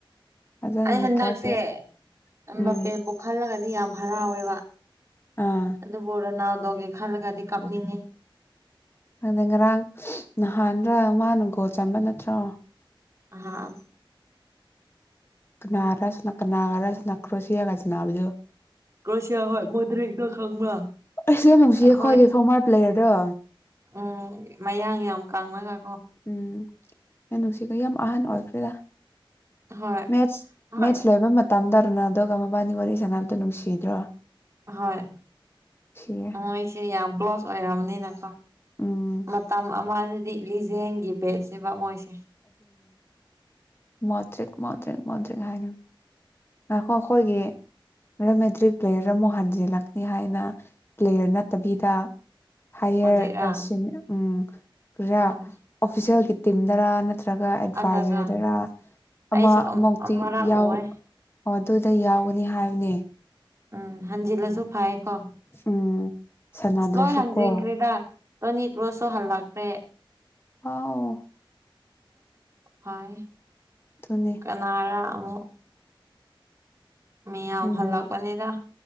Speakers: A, on the left (about 25°); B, on the right (about 35°).
A: ꯐꯖꯅ
B: ꯑꯩ
A: ꯅꯩꯈꯥꯏꯈ꯭ꯔꯦ
B: ꯍꯟꯗꯛꯁꯦꯝꯕꯄꯦꯕꯨ
A: ꯎꯝ
B: ꯈꯜꯂꯒ ꯌꯥꯝ ꯍꯔꯥꯎꯋꯦꯕ
A: ꯑꯥ
B: ꯑꯗꯨꯕꯨꯅꯥꯎ ꯂꯣꯒꯦ ꯈꯜꯂꯒꯗꯤ ꯀꯥꯞꯅꯤꯡꯉꯦ
A: ꯑꯗꯩ ꯉꯔꯥꯡ ꯅꯍꯥꯟꯗ ꯃꯥꯅ ꯒꯣꯜ ꯆꯟꯝꯕ ꯅꯠꯇ꯭ꯔꯣ
B: ꯍꯥꯥ
A: ꯀꯅꯥꯔ ꯔꯁꯅ ꯀꯅꯥ ꯔꯁꯅꯥ ꯀ꯭ꯔꯣꯁꯤꯌꯥꯒ ꯆꯅꯥꯕꯗꯣ
B: ꯀ꯭ꯔꯣꯁꯤꯌꯥ ꯍꯣꯏ ꯃꯣꯏꯗꯔꯤꯛꯇ ꯈꯪꯕ꯭ꯔꯥ
A: ꯑꯩꯁ ꯑꯃꯨꯛꯁꯤ
B: ꯑꯩꯈꯣꯏ
A: ꯑꯩꯈꯣꯏꯒꯤ ꯐꯣꯔꯃꯔꯞ ꯂꯩꯔꯔꯣ
B: ꯎꯝ ꯃꯌꯥꯡ ꯌꯥꯝ ꯀ ꯀꯥꯡꯅꯒ
A: ꯎꯝ ꯅ ꯅꯨꯡꯁꯤꯈ ꯌꯥꯝ ꯑꯍꯥꯟ ꯑꯣꯏꯈ꯭ꯔꯦꯔ
B: ꯍꯣꯏ
A: ꯃꯦꯠ
B: ꯍꯣꯏ
A: ꯃꯦꯠꯁ ꯂꯩꯕ ꯇꯝꯊꯔꯨꯅ ꯑꯗꯨꯒ ꯃꯕꯥꯅꯤ ꯋꯥꯔꯤ ꯁꯅꯕꯝꯇꯣ ꯅꯨꯡꯁꯤꯗ꯭ꯔꯣ
B: ꯍꯣꯏ
A: ꯅꯨꯡꯁꯤꯌꯦ
B: ꯃꯣꯏꯁꯦ ꯌꯥꯝ ꯀ꯭ꯂꯣꯁ ꯑꯣꯏꯔꯕꯅꯤꯅꯀꯣ
A: ꯎꯝ
B: ꯃꯇꯝ ꯑꯃꯗꯗꯤ ꯂꯤꯖꯦꯟꯒꯤ ꯕꯦꯠꯁꯤꯕ ꯃꯣꯏꯁꯦ
A: ꯃꯇ꯭ꯔꯛ ꯃꯇ꯭꯭ꯔꯛ ꯃꯇ꯭ꯔꯛ ꯍꯥꯏꯅ ꯉꯈꯣ ꯑꯩꯈꯣꯏꯒꯤ ꯑꯗꯨꯃꯦ ꯇ꯭ꯔꯤꯛ ꯄ꯭ꯂꯦꯌꯔ ꯑꯃꯨꯛ ꯍꯟꯖꯤꯜꯂꯛꯅꯤ ꯍꯥꯏꯅ ꯄ꯭ꯂꯦꯌꯔ ꯅꯠꯇꯕꯤꯗ ꯍꯥꯏꯌꯔ
B: ꯃꯣꯗ꯭ꯔꯤꯛꯔꯥ
A: ꯎꯝꯥ
B: ꯍꯣꯏ
A: ꯑꯣꯐꯤꯁꯦꯜꯒꯤ ꯇꯤꯝꯗꯔ ꯅꯠꯇ꯭ꯔꯒ ꯑꯦꯗꯚꯥꯏꯖꯔꯗꯔꯥ
B: ꯑꯠꯆꯥ ꯑꯠꯆꯥ
A: ꯑꯃ
B: ꯑꯩꯁꯨ
A: ꯃꯨꯛꯇꯤ
B: ꯑꯃꯔꯛ
A: ꯌꯥꯎ
B: ꯎꯋꯦ
A: ꯑꯣ ꯑꯗꯨꯗ ꯌꯥꯎꯒꯅꯤ ꯍꯥꯏꯕꯅꯦ
B: ꯎꯝ ꯍꯟꯖꯤꯜꯂꯁꯨ ꯐꯥꯏ ꯀꯣ
A: ꯎꯝ ꯁꯥꯟꯅꯗ꯭ꯔꯁꯨ
B: ꯑꯁ ꯂꯣꯏ ꯍꯟꯖꯤꯟꯈ꯭ꯦꯗ
A: ꯀꯣ
B: ꯇꯣꯅꯤ ꯀ꯭ꯔꯨꯁꯁꯨ ꯍꯜꯂꯛꯇ꯭ꯔꯦ
A: ꯑꯥꯎ
B: ꯐꯩ
A: ꯑꯗꯨꯅꯦ
B: ꯀꯅꯥꯔ ꯑꯃꯨꯛ ꯃꯤꯌꯥꯝ
A: ꯈꯪꯗꯅꯤ
B: ꯍꯜꯂꯛꯄꯅꯤꯗ